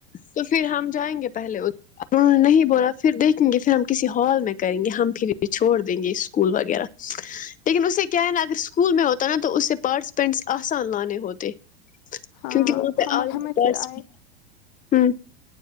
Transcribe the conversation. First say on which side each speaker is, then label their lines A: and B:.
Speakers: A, on the left; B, on the left.
A: تو پھر ہم جائیں گے پہلے ا انہوں نے نہیں بولا پھر دیکھیں گے پھر ہم کسی ہال میں کریں گے ہم پھر چھوڑ دیں گے اسکول وغیرہ لیکن اسے کیا ہے نا اگر اسکول میں ہوتا ت تو اس سے پارٹیسپینٹس آسان لانے ہوتے
B: ہاں
A: کیونکہ وہاں پہ
B: ہم
A: آگے
B: ہمیں
A: پارٹس
B: پھر آئے
A: ہوں